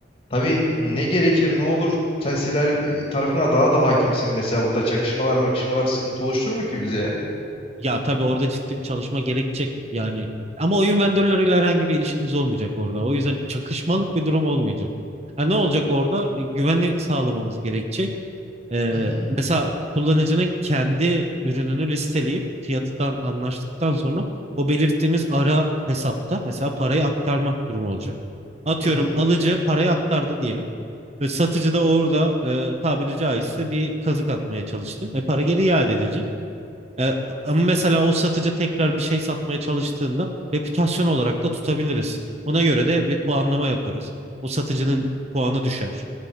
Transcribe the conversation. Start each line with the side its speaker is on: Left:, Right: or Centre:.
Left: tabii ne gerekir ne olur. Sen siber e, tarafına daha da hakimsin mesela burada çakışmalar makışmalar sıkıntı oluşturur mu ki bize ya?
Right: Ya tabii orada ciddi bir çalışma gerekecek. Yani ama oyun vendorlarıyla herhangi bir ilişkimiz olmayacak orada. O yüzden çakışmalık bir durum olmayacak. Ha, ne olacak orada? E, Güveni sağlamamız gerekecek. Ee,
Left: Hı hı
Right: mesela kullanıcının kendi ürününü listeleyip fiyatından anlaştıktan sonra o belirttiğimiz ara hesapta mesela parayı aktarma durumu olacak. Atıyorum
Left: hı hı.
Right: alıcı parayı aktardı diyelim. Ve satıcı da orada e, tabiri caizse bir kazık atmaya çalıştı ve para geri iade edilecek. E, ama mesela
Left: hı.
Right: o satıcı tekrar bir şey satmaya çalıştığında reputasyon olarak da tutabiliriz. Ona göre de bir puanlama yaparız. O satıcının puanı düşer.